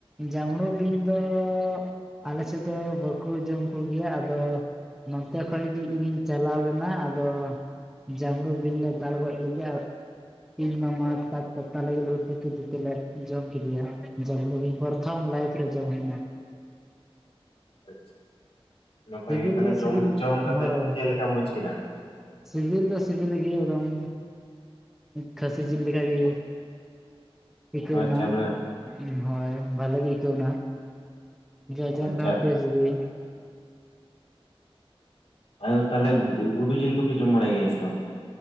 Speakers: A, in the centre; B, on the left (about 75°).
A: ᱡᱟᱸᱣᱲᱩ ᱵᱤᱧ ᱫᱚ ᱟᱞᱮ ᱥᱮᱫ ᱫᱚ ᱵᱟᱠᱚ ᱡᱚᱢ ᱠᱚᱜᱮᱭᱟ ᱟᱫᱚ ᱱᱚᱛᱮ ᱠᱷᱚᱡ ᱜᱮ ᱤᱧᱤᱧ ᱪᱟᱞᱟᱣ ᱞᱮᱱᱟ ᱟᱫᱚᱼᱼ ᱡᱟᱢᱲᱩ ᱵᱤᱱ ᱞᱮ ᱫᱟᱞ ᱜᱚᱡ ᱞᱮᱫᱮᱲᱟ ᱟᱨ, ᱤᱧ ᱢᱟᱢᱟ ᱥᱟᱠ ᱛᱟᱞᱮ ᱩᱛᱩ ᱠᱮᱫᱮ ᱛᱮᱞᱮ ᱡᱚᱢ ᱠᱮᱫᱮᱭᱟ ᱡᱚᱢᱲᱩ ᱵᱤᱧ᱾ ᱯᱚᱨᱛᱷᱚᱢ ᱞᱟᱤᱯ ᱨᱮ ᱡᱚᱢ ᱦᱚᱭᱮᱱᱠ,
B: ᱟᱪᱪᱷᱟ ᱱᱟᱯᱟᱭ
A: ᱥᱤᱵᱤᱞ
B: ᱜᱮ ᱛᱟᱦᱚᱞᱮ
A: ᱫᱚ ᱥᱤᱵᱤᱞ
B: ᱡᱚᱢ ᱡᱚᱢ
A: ᱦᱳᱭ
B: ᱠᱟᱛᱮ ᱪᱮᱫ ᱞᱮᱠᱟᱢ ᱵᱩᱡᱷᱟᱣ ᱠᱮᱫᱟ?
A: ᱥᱤᱵᱤᱞ ᱫᱚ ᱥᱤᱵᱤᱞ ᱜᱮ ᱮᱫᱚᱢ ᱠᱷᱟᱥᱤ ᱡᱤᱞ ᱞᱮᱠᱟ ᱜᱮᱼᱼ ᱤᱠᱟᱹᱣᱱᱟ
B: ᱟᱪᱪᱷᱟ ᱢᱟᱱᱮ
A: ᱦᱚᱭ ᱵᱷᱟᱞᱮ ᱜᱮᱤᱠᱟᱹᱣᱱᱟ᱾ ᱡᱚᱡᱚᱢ
B: ᱟᱪᱪᱷᱟ
A: ᱨᱮ ᱦᱚᱹ ᱴᱮᱥᱴ ᱜᱮ
B: ᱟ ᱛᱟᱦᱚᱞᱮ ᱜᱩᱰᱩ ᱡᱤᱞ ᱠᱚᱯᱮ ᱡᱚᱢ ᱵᱟᱲᱟᱭ ᱜᱮᱭᱟ ᱥᱮ ᱵᱟᱝ?